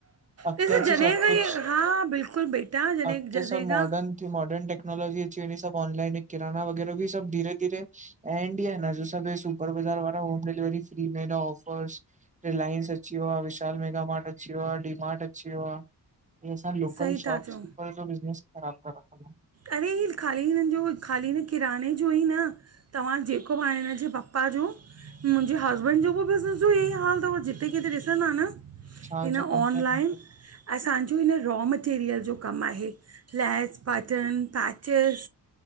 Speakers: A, on the right (about 20°); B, on the right (about 40°).
A: अॻिते
B: ॾिस
A: अची
B: जॾहिं
A: सब
B: खां
A: कुछ,
B: ई हा बिल्कुलु बेटा जॾहिं
A: अॻिते
B: जॾहिं
A: सब
B: खां
A: मॉडर्न मॉर्डर्न टेक्नोलॉजी अची वेंदी, सबऑनलाइन किराना वग़ैरह भी सब धीरे धीेरे एंड ही आहेन। सुपर बज़ार वारा, होम डिलेवरी फ्री में, ऐडॉ आफर्स। रिलायंस अची वियो आ, विशाल मेगा मार्टअची वियो आ, डी मार्ट अची वियो आ। इंसान लोकल
B: सही
A: शॉप्सकीपर
B: था चओ
A: जो बिज़नेस ही ख़राब करे रखंदा।
B: अरे ही ख़ाली हिननि जो, ख़ाली हिन किराने जो ई न तव्हां जेको बि हिनजे पप्पा जो मुंहिंजे हस्बैंड जो बि बिज़नेस जो इहो ई हाल थव, जिते किथे ॾिसंदा न
A: छा
B: हिन
A: जो कंपनी
B: ऑनलाइन
A: हा
B: असांजो हिन रॉ मटेरियल जो कमु आहे, लैस पा पैर्टन पैचिस,